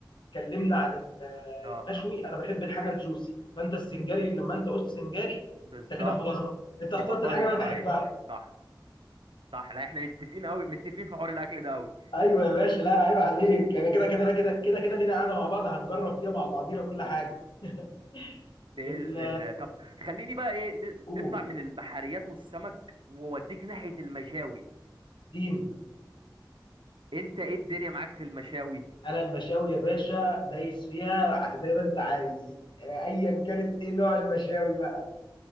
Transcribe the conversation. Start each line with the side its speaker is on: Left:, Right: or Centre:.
Left: اتكلمنا عن ال-
Right: اه
Left: المشوي انا بحب الحاجه الجوسي فانت السنجاري لما انت قلت سنجاري
Right: بالظبط
Left: انت كده خلاص انت اخترت
Right: يبقى طري
Left: الحاجه اللي
Right: شويه
Left: انا بحبها
Right: صح صح لا احنا متفقين قوي متفقين في حوار الاكل ده قوي
Left: ايوه يا باشا لا عيب عليك انا كده كده كده كده كده لينا قاعده مع بعض هنجرب فيها مع بعضينا كل حاجه <laughs>
Right: باذن
Left: ال-
Right: الله طب خليني بقى ايه ن-
Left: قول
Right: نطلع من البحريات والسمك واوديك ناحيه المشاوي
Left: اديني
Right: انت ايه الدنيا معاك في المشاوي
Left: انا المشاوي يا باشا دايس فيها زي ما انت عايز ايا كانت ايه نوع المشاوي بقى